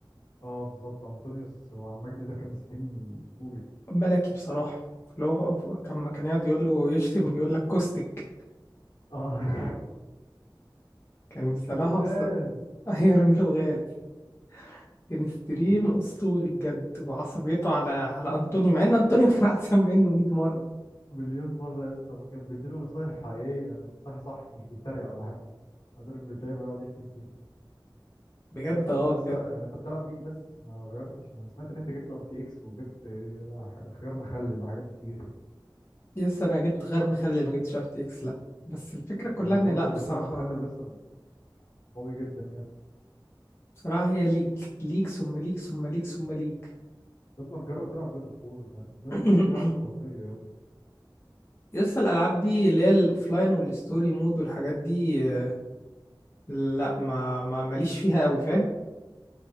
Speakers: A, on the left; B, on the left.
A: اه بالظبط انطونيوس وعم مجدي ده كان ستريم اسطوري
B: ملكي بصراحة اللي هو هو كان ما كان يقعد يقول له يشتم يقول لك كوستك
A: اه <laughs>
B: كان بصراحة
A: ترميله
B: بس
A: غاز
B: <laughs> هيرمي له غاز كان ستريم
A: بس
B: أسطوري بجد وعصبيته على على أنطونيو مع إن أنطونيو <laughs> كان أحسن منه 100 مرة
A: مليون مره لسه وكان بيديله نصايح حقيقيه يعني نصايح صح مش بيتريق ولا حاجه مع ذلك بتلاقيه بيقعد يشتم فيه
B: بجد
A: بس انت
B: اه
A: لسه
B: بجد
A: يعني انت بتلعب ليك بس ما غيرتش انا سمعت ان انت جبت ار تي اكس وجبت آه، خيار مخلل وحاجات كتير
B: يس انا جبت غير مخلي ما جبتش ار تي اكس لا بس الفكره كلها
A: ما
B: ان
A: برضه
B: لا
A: الخيار
B: بصراحه
A: مخلل لسه قوي جدا يعني
B: بصراحه هي ليج ليج ثم ليج ثم ليج ثم ليج
A: طب ما تجرب تلعب جاد اوف وور جاد
B: <clears throat>
A: اوف وور دي لعبه خرافيه يابا.
B: يس الالعاب دي اللي هي الاوفلاين والستوري مود والحاجات دي آه، لا ما ما ماليش فيها قوي فاهم